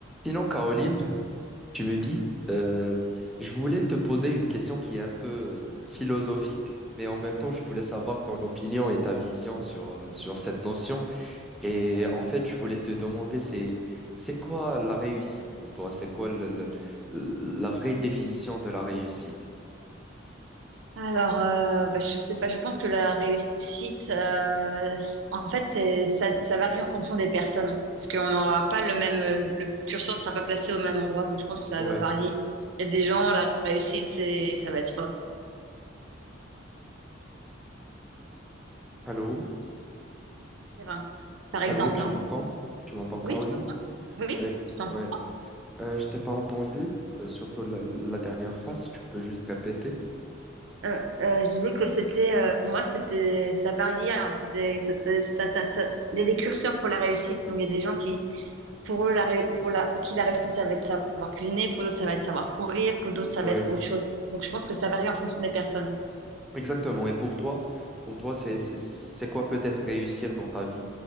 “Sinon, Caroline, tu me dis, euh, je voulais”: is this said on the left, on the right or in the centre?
Centre